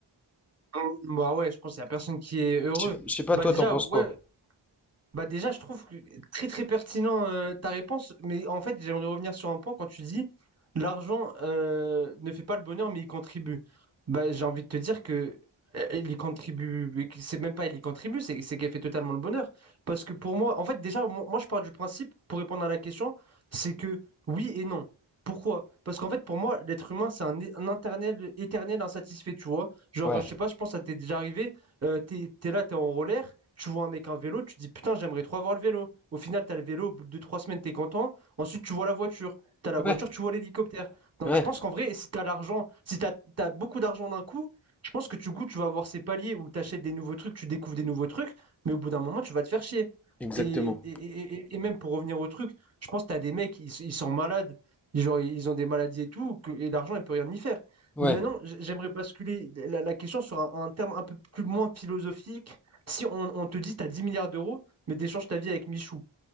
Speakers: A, on the right (about 30°); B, in the centre.
A: Hum, Bah ouais, je pense qu'il n'y a personne qui est heureux.
B: Je sais je sais pas,
A: Bah
B: toi,
A: déjà,
B: t'en penses
A: ouais,
B: quoi?
A: bah déjà, je trouve que très très pertinent euh, ta réponse, mais en fait, j'aimerais revenir sur un point quand tu dis l'argent euh, ne fait pas le bonheur, mais il contribue. Bah, j'ai envie de te dire que euh, il y contribue, mais que c'est même pas il y contribue, c'est c'est qu'elle fait totalement le bonheur. Parce que pour moi, en fait, déjà, moi, moi, je pars du principe, pour répondre à la question, c'est que oui et non. Pourquoi? Parce qu'en fait, pour moi, l'être humain, c'est un, é- un éternel, éternel insatisfait, tu vois. Genre,
B: Ouais.
A: je sais pas, je pense que ça t'est déjà arrivé. Euh, t'es, t'es là, t'es en roller, tu vois un mec en vélo, tu te dis putain, j'aimerais trop avoir le vélo. Au final, t'as le vélo, au bout de deux, trois semaines, t'es content. Ensuite, tu vois la voiture. T'as la
B: Ouais.
A: voiture, tu vois l'hélicoptère. Donc,
B: Ouais.
A: je pense qu'en vrai, si t'as l'argent, si t'as, t'as beaucoup d'argent d'un coup, je pense que du coup, tu vas avoir ces paliers où t'achètes des nouveaux trucs, tu découvres des nouveaux trucs, mais au bout d'un moment, tu vas te faire chier.
B: Exactement.
A: Et, et, et- et et même pour revenir au truc, je pense que t'as des mecs, ils, ils sont malades, ils, genre, ils ont des maladies et tout, que- et l'argent, il peut rien y faire.
B: Ouais.
A: Mais maintenant, j- j'aimerais basculer la, la question sur un, un terme un peu plus moins philosophique. Si on, on te dit tu as 10 milliards d'euros, mais t'échanges ta vie avec Michou,